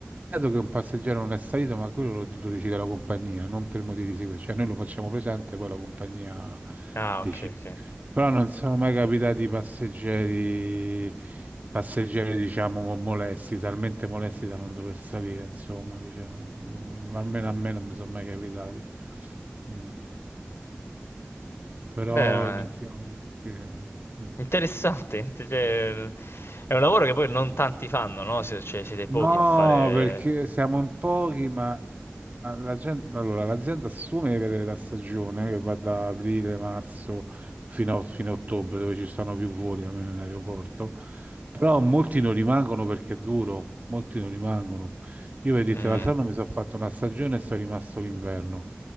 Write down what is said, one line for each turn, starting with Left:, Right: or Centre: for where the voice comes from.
Right: che un passeggero non è salito, ma quello lo, lo decide la compagnia, non per motivi di sicurezza. Cioè, noi lo facciamo presente, poi la compagnia
Left: Ah,
Right: decide.
Left: ok, ok.
Right: Però non sono mai capitati passeggeri, passeggeri, diciamo, molesti, talmente molesti da non dover salire, insomma, diciamo. Mm, Almeno a me non mi sono mai capitati. Mm. Però,
Left: Beh, ma-
Right: diciamo... sì. Mm.
Left: interessante, <laughs> int- cioè, l- è un lavoro che poi non tanti fanno, no? Se- cioè, siete
Right: No,
Left: pochi a fare...
Right: perché siamo in pochi, ma Ah, la gen- allora, l'azienda assume per la stagione che va da aprile, marzo fino a, fino a ottobre, dove ci sono più voli almeno in aeroporto, però molti non rimangono perché è duro, molti non rimangono. Io per dirti,
Left: Mm.
Right: l'altro anno mi sono fatto una stagione e sono rimasto l'inverno